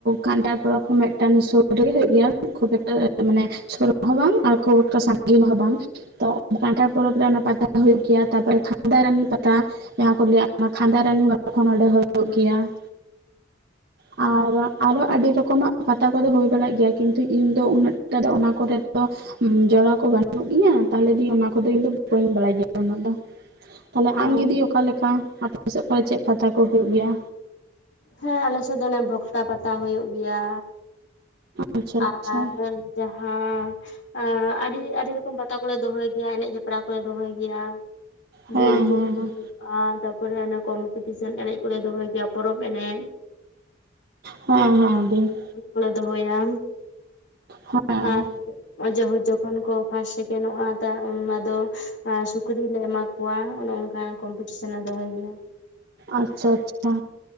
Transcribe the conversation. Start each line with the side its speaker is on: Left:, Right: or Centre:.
Right: ᱠᱟᱱᱴᱷᱟᱲ ᱯᱚᱨᱚᱵᱽ ᱦᱚᱸ ᱢᱤᱫᱴᱟᱝ ᱥᱩᱨ ᱨᱮᱜᱮ ᱦᱳᱭᱳᱜ ᱜᱮᱭᱟ ᱠᱷᱩᱵ ᱮᱠᱴᱟ ᱢᱟᱱᱮ ᱥᱩᱨ ᱨᱮ ᱦᱚᱸ ᱵᱟᱝ ᱟᱨ ᱠᱷᱚᱵ ᱥᱟᱺᱜᱤᱧ ᱦᱚᱸ ᱵᱟᱝ ᱛᱚ ᱠᱟᱱᱴᱷᱟ ᱯᱚᱨᱚᱵᱽ ᱨᱮ ᱚᱱᱟ ᱯᱟᱛᱟ ᱦᱩᱭᱩᱜ ᱜᱮᱭᱟ ᱛᱟᱨᱯᱚᱨᱮ ᱠᱷᱟᱫᱟᱨᱟᱱᱤ ᱯᱟᱛᱟ ᱡᱟᱦᱟᱸ ᱠᱚ ᱞᱟᱹᱭᱟ ᱚᱱᱟ ᱠᱷᱟᱸᱫᱟᱨᱟᱱᱤ <inaudible> ᱚᱸᱰᱮ ᱦᱩᱭᱩᱜ ᱜᱮᱭᱟ᱾ ᱟᱨ ᱟᱨᱚ ᱟᱹᱰᱤ ᱨᱚᱠᱚᱢᱟᱜ ᱯᱟᱛᱟ ᱠᱚᱫᱚ ᱦᱩᱭ ᱵᱟᱲᱟᱜ ᱜᱮᱭᱟ ᱠᱤᱱᱛᱩ ᱤᱧ ᱫᱚ ᱩᱱᱟᱹᱜᱴᱟ ᱫᱚ ᱚᱱᱟ ᱠᱚᱨᱮ ᱫᱚ ᱩᱸ ᱡᱚᱨᱟ ᱠᱚ ᱵᱟᱹᱱᱩᱜ ᱜᱮᱧᱟ ᱛᱟᱦᱚᱞᱮ ᱫᱤ ᱚᱱᱟ ᱠᱚᱫᱚ ᱤᱧ ᱵᱟᱹᱧ ᱵᱟᱲᱟᱭ ᱜᱮᱭᱟ ᱩᱱᱟᱹᱜ ᱫᱚ ᱛᱟᱦᱮ
Left: ᱚ
Right: ᱟᱢᱜᱮ ᱫᱤ ᱚᱠᱟᱞᱮᱠᱟ ᱟᱯᱮ ᱥᱮᱫ ᱠᱚᱨᱮ ᱪᱮᱫ ᱯᱟᱛᱟ ᱠᱚ ᱦᱩᱭᱩᱜ ᱜᱮᱭᱟ?
Left: ᱦᱮᱸ ᱟᱞᱮᱥᱮᱫ ᱫᱚ ᱚᱱᱮ ᱵᱷᱚᱠᱛᱟ ᱯᱟᱛᱟ ᱦᱳᱭᱳᱜ ᱜᱮᱭᱟ
Right: ᱟᱪᱪᱷᱟ ᱟᱪᱪᱷᱟ
Left: ᱟᱨ ᱡᱟᱦᱟᱸ ᱮᱜ ᱮ ᱟᱹᱰᱤ ᱟᱹᱰᱤ ᱨᱚᱠᱚᱢ ᱯᱟᱛᱟ ᱠᱚᱞᱮ ᱫᱚᱦᱚᱭ ᱜᱮᱭᱟ ᱮᱱᱮᱡ ᱦᱮᱯᱨᱟᱣ ᱠᱚᱞᱮ ᱫᱚᱦᱚᱭ ᱜᱮᱭᱟ᱾
Right: ᱦᱮᱸ
Left: ᱵᱚᱞᱪ
Right: ᱦᱮᱸ ᱦᱮᱸ
Left: <inaudible> ᱟᱨ ᱛᱟᱯᱚᱨᱮ ᱚᱱᱮ ᱠᱚᱢᱯᱤᱴᱤᱥᱚᱱ ᱮᱱᱮᱡ ᱠᱚᱞᱮ ᱫᱚᱦᱚᱭ ᱜᱮᱭᱟ ᱯᱚᱨᱚᱵᱽ ᱮᱱᱮᱡ ᱾
Right: ᱦᱮᱸ ᱦᱮᱸ ᱫᱤ ᱾
Left: ᱠᱚᱞᱮ ᱫᱚᱦᱚᱭᱟ,
Right: ᱦᱮᱸ
Left: ᱟᱨ ᱚᱡᱚᱜ ᱦᱚᱡᱚᱜ ᱛᱚᱠᱷᱚᱱ ᱠᱚ ᱯᱷᱟᱥᱴ ᱥᱮᱠᱮᱱᱰᱚᱜᱼᱟ ᱚᱱᱟ ᱫᱚ ᱥᱩᱠᱨᱤ ᱞᱮ ᱮᱢᱟ ᱠᱚᱣᱟ ᱚᱱᱮ ᱚᱸ <unintelligible> ᱠᱚᱢᱯᱤᱴᱤᱥᱚᱱ ᱞᱮ ᱫᱚᱦᱚᱭ ᱜᱮᱭᱟ ᱾
Right: ᱟᱪᱪᱷᱟ ᱟᱪᱪᱷᱟ,